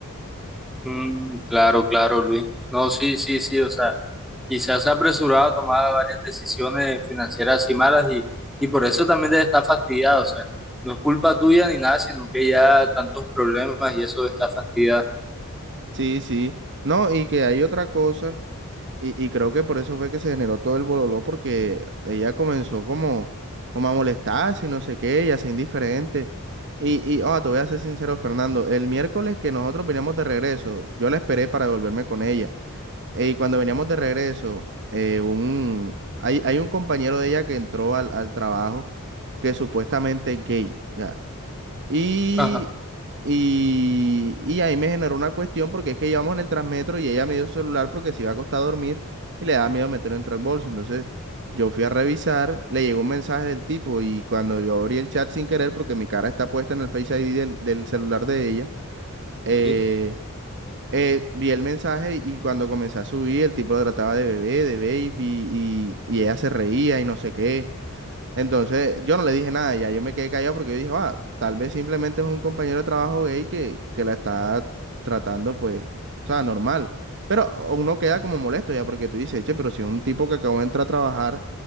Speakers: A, in the centre; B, on the right.
A: Mm, claro, claro, Luis. No, sí, sí, sí, o sea, quizás se ha apresurado a tomar varias decisiones financieras así malas y, y por eso también debe estar fastidiado, o sea, no es culpa tuya ni nada, sino que ya tantos problemas y eso está fastidiado.
B: Sí, sí. No, y que hay otra cosa. Y, y creo que por eso fue que se generó todo el bololó, porque ella comenzó como, como a molestarse y no sé qué, y a ser indiferente. Y, y oh, te voy a ser sincero, Fernando, el miércoles que nosotros veníamos de regreso, yo la esperé para devolverme con ella. Y cuando veníamos de regreso, eh, un, hay, hay un compañero de ella que entró al, al trabajo que supuestamente es gay, ya. Y,
A: Ajá.
B: y, y ahí me generó una cuestión porque es que íbamos en el Transmetro y ella me dio su celular porque se iba a acostar a dormir y le daba miedo meterlo dentro del bolso. Entonces yo fui a revisar, le llegó un mensaje del tipo y cuando yo abrí el chat sin querer porque mi cara está puesta en el Face ID del, del celular de ella, eh,
A: sí.
B: eh, vi el mensaje y cuando comencé a subir el tipo lo trataba de bebé, de baby y, y ella se reía y no sé qué. Entonces, yo no le dije nada, ya yo me quedé callado porque yo dije, va, tal vez simplemente es un compañero de trabajo gay que, que la está tratando, pues, o sea, normal. Pero uno queda como molesto ya porque tú dices, che, pero si es un tipo que acabó de entrar a trabajar